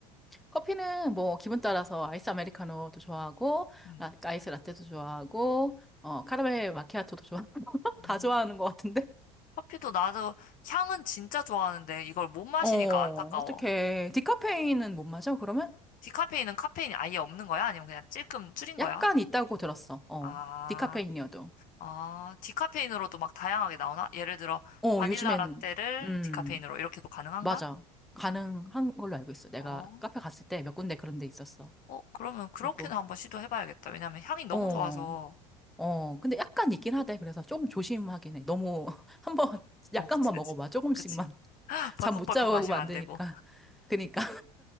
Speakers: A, in the centre; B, on the left.
A: 커피는 뭐 기분 따라서 아이스 아메리카노도 좋아하고,
B: 음,
A: 라, 아이스 라떼도 좋아하고, 어, 카라멜 마키아토도 좋아 <laughs>
B: 음.
A: 다 좋아하는 것 같은데?
B: 커피도 나도 향은 진짜 좋아하는데 이걸 못 마시니까
A: 어,
B: 안타까워.
A: 어떡해. 디카페인은 못 마셔, 그러면?
B: 디카페인은 카페인이 아예 없는 거야? 아니면 그냥 찔끔 줄인
A: 약간
B: 거야?
A: 있다고 들었어. 어,
B: 아.
A: 디카페인이어도.
B: 아, 디카페인으로도 막 다양하게 나오나? 예를 들어,
A: 어,
B: 바닐라
A: 요즘엔,
B: 라떼를
A: 음.
B: 디카페인으로 이렇게도 가능한가?
A: 맞아. 가능한 걸로 알고 있어. 내가
B: 어,
A: 카페 갔을 때 몇 군데 그런 데 있었어.
B: 어, 그러면 그렇게는
A: 그리고,
B: 한번 시도해봐야겠다. 왜냐면 향이 너무
A: 어,
B: 좋아서.
A: 어. 근데 약간 있긴 하대. 그래서 조금 조심하긴 해. 너무, <laughs> 한 번, 약간만
B: 어, 그치, 그치.
A: 먹어봐. 조금씩만.
B: 그치. <laughs>
A: <laughs>
B: 벌컥벌컥
A: 잠 못 자고
B: 마시면
A: 하고 만드니까.
B: 안 되고.
A: 그니까,